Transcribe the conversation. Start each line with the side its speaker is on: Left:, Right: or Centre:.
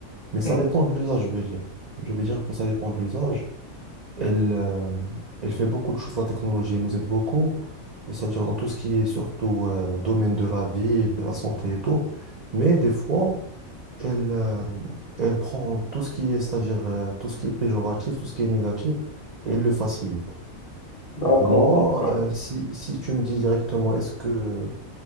Right: Mais ça
Left: Ouais,
Right: dépend de l'usage, je veux dire. Je veux dire que ça dépend de l'usage. Elle, euh, elle fait beaucoup de choses, la technologie, elle nous aide beaucoup, c'est-à-dire dans tout ce qui est surtout, euh, domaine de la vie, de la santé et tout. Mais des fois, elle, euh, elle prend tout ce qui est, c'est-à-dire euh, tout ce qui est péjoratif, tout ce qui est négatif, et elle le facilite.
Left: D'accord,
Right: Du coup, moi,
Left: donc. euh,
Right: euh, si, si tu me dis directement, est-ce que